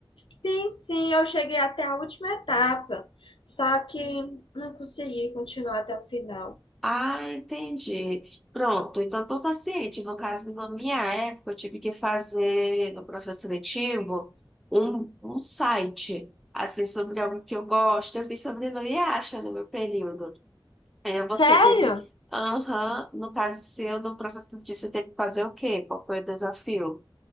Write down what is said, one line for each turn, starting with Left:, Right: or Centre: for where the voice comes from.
Left: Sim, sim, eu cheguei até a última etapa, só que não consegui continuar até o final.
Centre: Ah, entendi. Pronto, então estou ciente. No caso, na minha época, eu tive que fazer, no processo seletivo, um, um site, assim, sobre algo que eu gosto. Eu fiz sobre não acha no meu período. É, você
Left: Sério?
Centre: teve. Aham, no caso seu, no processo seletivo, você teve que fazer o quê? Qual foi o desafio?